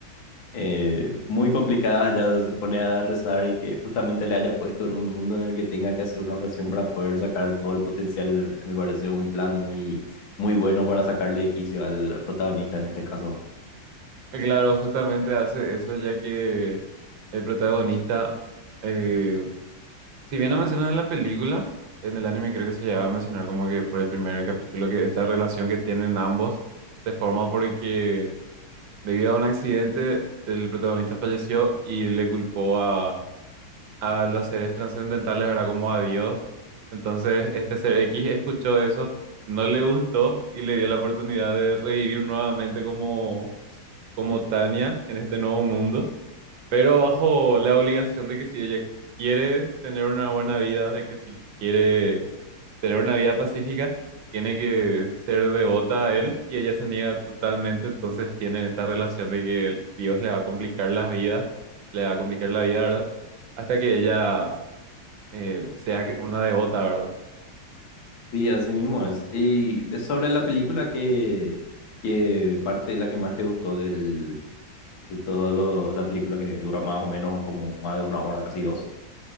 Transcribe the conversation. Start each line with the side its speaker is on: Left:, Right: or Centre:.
Left: eh, muy complicadas ya se pone a rezar y que justamente le haya puesto en un mundo en el que tenga que hacer una oración para poder sacar todo el potencial, me parece un plan muy, muy bueno para sacarle de quicio al protagonista en este caso.
Right: Y Claro, justamente hace eso ya que el protagonista eh, Si bien no mencionan en la película, en el anime creo que se llegaba a mencionar como que por el primer capítulo que esta relación que tienen ambos se forma porque debido a un accidente el protagonista falleció y le culpó a, a los seres trascendentales, ¿verdad? Como a Dios. Entonces este ser X escuchó eso, no le gustó y le dio la oportunidad de revivir nuevamente como, como Tania en este nuevo mundo pero bajo la obligación de que si ella quiere tener una buena vida, de que si quiere tener una vida pacífica, tiene que ser devota a él y ella se niega totalmente, entonces tienen esta relación de que Dios le va a complicar las vidas, le va a complicar la vida, ¿verdad? Hasta que ella eh, sea que- una devota, ¿verdad?
Left: Sí, así mismo es. Y de, sobre la película, ¿qué, qué parte es la que más te gustó del, de toda la película que dura más o menos como más de una hora, casi dos.